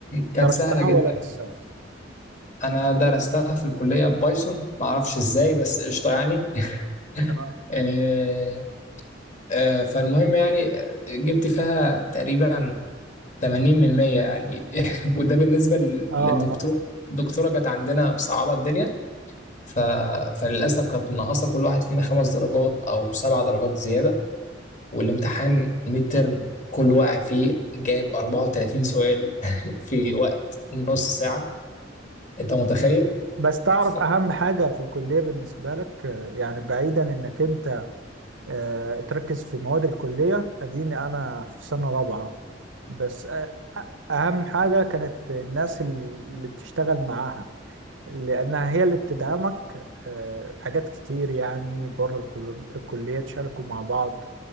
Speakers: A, on the left (about 40°); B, on the right (about 85°).
A: كانت
B: درستها
A: سهله جدا
B: ولا لسه
A: انا درستها في الكليه بايثون ما اعرفش ازاي بس قشطه يعني <laughs>
B: اه
A: آه، آه، فالمهم يعني آه، جبت فيها تقريبا 80% يعني <laughs> وده بالنسبه
B: اه
A: للدكتور
B: آه.
A: الدكتوره كانت عندنا مصعبه الدنيا ف... فللاسف كانت منقصه كل واحد فينا خمس درجات او سبع درجات زياده والامتحان ميد ترم كل واقع فيه جايب 34 سؤال <laughs> في وقت نص ساعة انت متخيل
B: بس تعرف
A: ف-
B: اهم حاجه في الكليه بالنسبه لك آه، يعني بعيدا انك انت آه، تركز في مواد الكليه اديني انا في سنه رابعه بس آه، اهم حاجه كانت الناس اللي بتشتغل معاها لانها هي اللي بتدعمك آه، في حاجات كتير يعني بره الكل- الكليه تشاركوا مع بعض